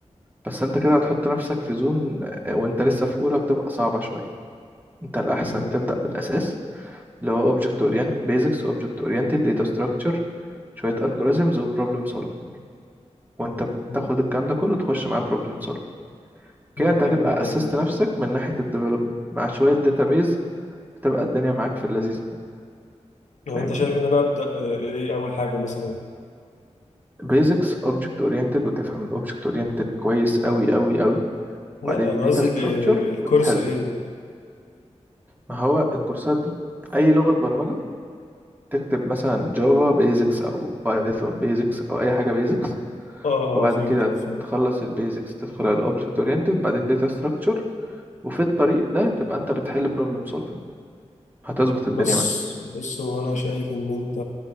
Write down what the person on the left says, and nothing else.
مم،
مم.
ده
حلو
الكلام
ده
لو
انت شايف ان انا ابدا آه، ايه اول حاجه مثلا
لا
انا
قصدي
ال- الكورس
ايه
اه
اه فهمتك
فهمت
بص
بص هو انا شايف ان انت